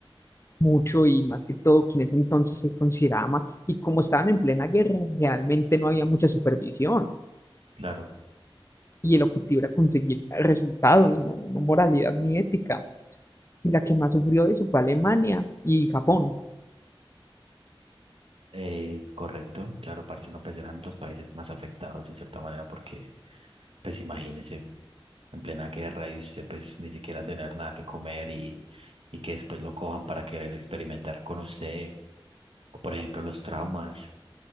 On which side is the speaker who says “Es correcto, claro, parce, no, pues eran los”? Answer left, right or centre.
Right